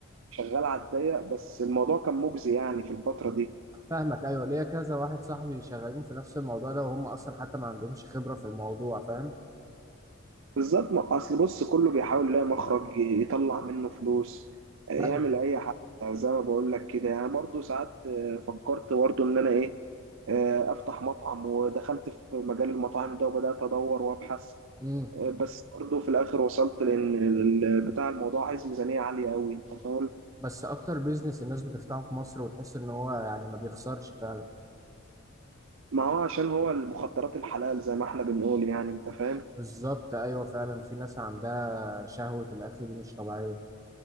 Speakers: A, on the right (about 65°); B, on the right (about 15°).
A: شغال على الضيق بس الموضوع كان مجزي يعني في الفتره دي
B: فاهمك ايوه ليا كذا واحد صاحبي شغالين في نفس الموضوع ده وهم اصلا حتى ما عندهمش خبره في الموضوع فاهم
A: بالذات ما- اصل بص كله بيحاول يلاقي مخرج يطلع منه فلوس آه، يعمل
B: ايوه
A: اي حاجه زي ما بقول لك كده يعني برضه ساعات آه، فكرت برضه ان انا ايه آه، افتح مطعم ودخلت في مجال المطاعم ده وبدات ادور وابحث
B: امم
A: آه، بس برضه في الاخر وصلت لان ال- بتاع الموضوع عايز ميزانيه عاليه قوي انت فاهم
B: بس اكتر بيزنس الناس بتفتحه في مصر وتحس ان هو يعني ما بيخسرش فعلا
A: ما هو عشان هو المخدرات الحلال زي ما احنا بنقول يعني انت فاهم
B: بالظبط ايوه فعلا في ناس عندها شهوه الاكل دي مش طبيعيه